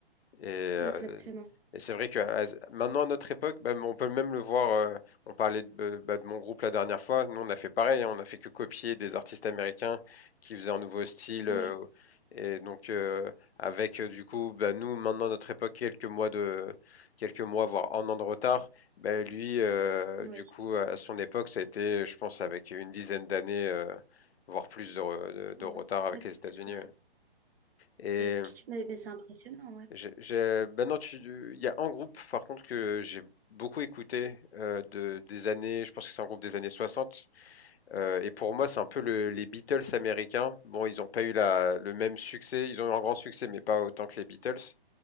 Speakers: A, on the left (about 75°); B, on the right (about 70°).
A: Et, euh,
B: exactement.
A: et c'est vrai que à- maintenant à notre époque, bah, on peut même le voir. euh, on parlait de, bah, bah, de mon groupe la dernière fois. Nous, on a fait pareil. hein, on a fait que copier des artistes américains qui faisaient un nouveau style.
B: Oui,
A: euh, et donc euh, avec euh, du coup, bah, nous maintenant à notre époque quelques mois de quelques mois voire un an de retard. Bah, lui, euh,
B: oui.
A: du coup, à son époque, ça a été, je pense, avec une dizaine d'années, euh, voire plus de, re- de- de
B: On-
A: retard
B: Presque,
A: avec les États-Unis.
B: ouais.
A: ouais. Et
B: Presque. Mais, mais c'est impressionnant, ouais.
A: je, je- ben non, tu, il y a un groupe par contre que j'ai beaucoup écouté euh, de, des années, je pense que c'est un groupe des années 60. euh, et pour moi c'est un peu le- les Beatles américains. Bon, ils n'ont pas eu la, le même succès, ils ont eu un grand succès, mais pas autant que les Beatles.